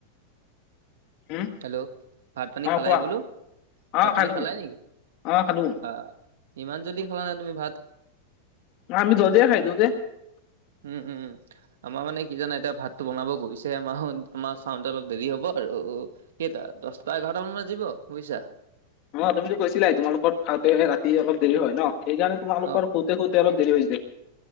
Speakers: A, on the left; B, on the right.
A: উম
B: হেল্ল', ভাত পানী
A: অ
B: খালাই
A: কোৱা
B: বোলো?
A: অ
B: ভাত পানী
A: খালো
B: খালাই নেকি?
A: অ খালো
B: বাহ ইমান জল্দি খোৱা নে তুমি ভাত?
A: অ, আমি জল্দিয়ে খাই দিও যে।
B: উম-উম-উম আমাৰ মানে কি জানা এতিয়া ভাতটো বনাব গৈছে মাহঁত। আমাৰ খাওঁতে অলপ দেৰি হ'ব আৰু কেইটা দচটা এঘাৰটা মান বাজিব বুইছা?
A: অহ, তুমিতো কৈছিলাই তোমালোকৰ খাওঁতে ৰাতি অলপ দেৰি হয় ন' সেইকাৰণে তোমালোকৰ
B: অ',
A: খু তে শুতে অলপ দেৰি হৈ যায়।